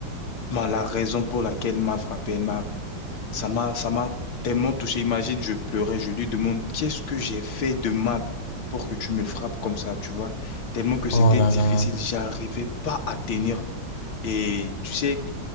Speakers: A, on the left; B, on the left.
A: ben, la raison pour laquelle elle m'a frappé. Elle m'a, ça m'a, ça m'a tellement touché. Imagine, je pleurais, je lui demande, qu'est-ce que j'ai fait de mal pour que tu me frappes comme ça, tu vois? Tellement que c'était
B: Oh là
A: difficile,
B: là.
A: j'arrivais pas à tenir. Et tu sais,